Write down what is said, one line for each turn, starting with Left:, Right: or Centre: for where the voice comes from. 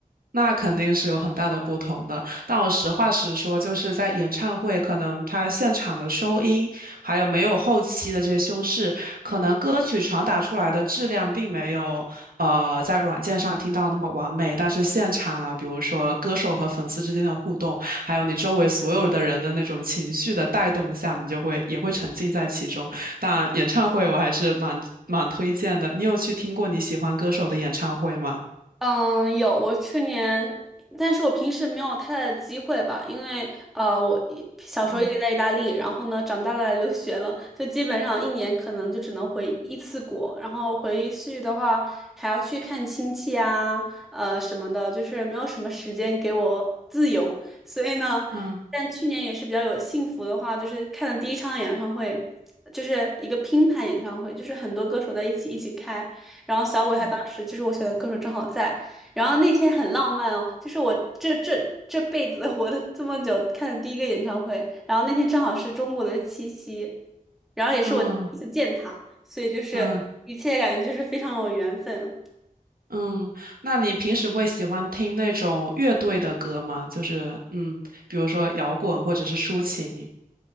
Right: 那肯定是有很大的不同的。但我实话实说，就是在演唱会，可能它现场的收音，还有没有后期的这些修饰，可能歌曲传达出来的质量并没有呃在软件上听到那么完美。但是现场啊，比如说歌手和粉丝之间的互动，还有你周围所有的人的那种情绪的带动下，你就会也会沉浸在其中。但演唱会我还是蛮蛮推荐的。你有去听过你喜欢歌手的演唱会吗？
Centre: 嗯，有，我去年，但是我平时没有太大的机会吧，因为呃，我一小时候一直在意大利，
Right: 嗯
Centre: 然后呢，长大了来留学了，就基本上一年可能就只能回一次国，然后回去的话还要去看亲戚啊，呃什么的，就是没有什么时间给我自由，所以呢，
Right: 嗯。
Centre: 但去年也是比较有幸福的话，就是看了第一场演唱会，就是一个拼盘演唱会，就是很多歌手在一起一起开。然后小鬼他当时就是我选的歌手正好在，
Right: 嗯
Centre: 然后那天很浪漫哦，就是我这这这辈子 <laughs> 活的这么久看的第一个演唱会，然后那天正好是中国的七夕，然后也是我第一次见他，
Right: 嗯
Centre: 所以就是一切感觉就是非常有缘分哦。
Right: 嗯嗯，那你平时会喜欢听那种乐队的歌吗？就是嗯，比如说摇滚或者是抒情。